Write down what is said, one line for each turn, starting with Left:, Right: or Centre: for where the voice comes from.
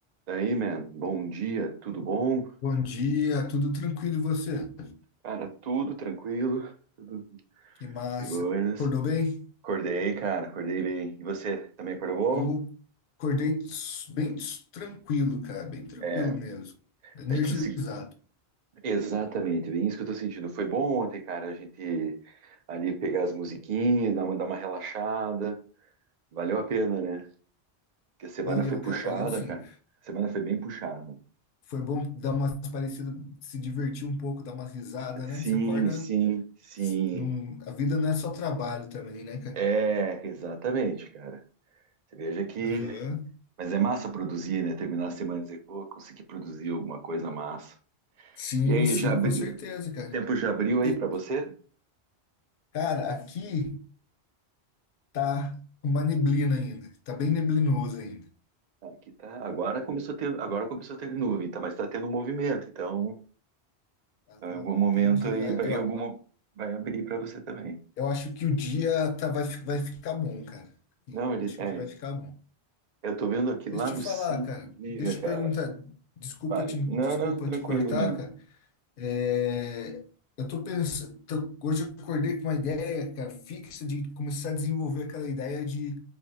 Right: Daí, man, bom dia, tudo bom?
Left: Bom dia, tudo tranquilo e você?
Right: Cara, tudo tranquilo, tudo
Left: Que massa.
Right: de boas.
Left: Acordou bem?
Right: Acordei, cara, acordei bem. E você também acordou bom?
Left: Eu acordei s- bem s- tranquilo, cara, bem tranquilo
Right: É,
Left: mesmo. Energizado.
Right: a gente conseguiu. Exatamente, bem isso que eu tô sentindo. Foi bom ontem, cara, a gente ali pegar as musiquinhas, dar uma, dar uma relaxada. Valeu a pena, né? Porque a semana
Left: Valeu,
Right: foi
Left: cara,
Right: puxada,
Left: valeu sim.
Right: cara. A semana foi bem puxada.
Left: Foi bom dar umas parecidas, se divertir um pouco, dar umas risadas,
Right: Sim,
Left: né? Você acorda,
Right: sim, sim.
Left: s- não- a vida não é só trabalho também, né, cara?
Right: É, exatamente, cara. Você veja que
Left: Aham.
Right: Mas é massa produzir, né? Terminar a semana e dizer, pô, consegui produzir alguma coisa massa.
Left: Sim,
Right: E aí,
Left: sim,
Right: já abri...
Left: com certeza, cara.
Right: tempo já abriu aí
Left: E,
Right: para você?
Left: Cara, aqui tá uma neblina ainda, tá bem neblinoso ainda.
Right: Ah, Aqui tá. Agora começou a ter, agora começou a ter nuvem, tá? Mas tá tendo movimento, então
Left: Ah,
Right: em algum momento
Left: entendi.
Right: aí vai,
Left: Eu,
Right: em alguma vai abrir para você também.
Left: Eu acho que o dia tá, vai, fi- vai ficar bom, cara. Ih,
Right: Não, ele
Left: Acho
Right: é.
Left: que o dia vai ficar bom.
Right: Eu tô vendo aqui lá
Left: Deixa
Right: no
Left: eu te
Right: centro.
Left: falar, cara.
Right: Diga,
Left: Deixa
Right: cara.
Left: eu te perguntar. Desculpa
Right: Pare.
Left: te,
Right: Não,
Left: desculpa
Right: não, tranquilo
Left: te cortar,
Right: mesmo.
Left: cara. É, eu tô pensando. tô- hoje eu acordei com uma ideia, cara, fixa de começar a desenvolver aquela ideia de,